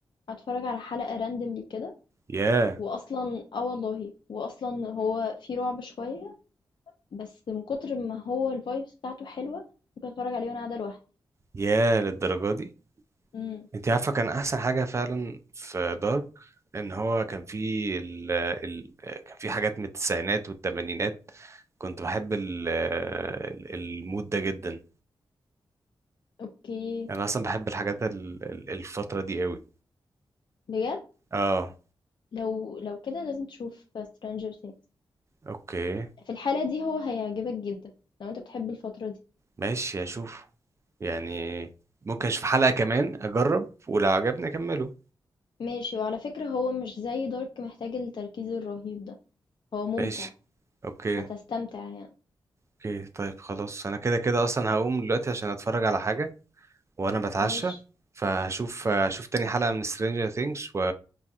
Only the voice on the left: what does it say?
أتفرّج على حلقة randomly كده
وأصلًا آه والله، وأصلًا هو فيه رعب شوية، بس من كتر ما هو الvibes بتاعته حلوة ممكن أتفرّج عليه وأنا قاعدة لوحدي.
إمم،
أوكي،
بجد؟
لو لو كده لازم تشوف Stranger Things
في الحالة دي هو هيعجبك جدًا لو أنت بتحب الفترة دي.
ماشي وعلى فكرة هو مش زي دارك محتاج التركيز الرهيب ده هو ممتع
هتستمتع يعني
ماشي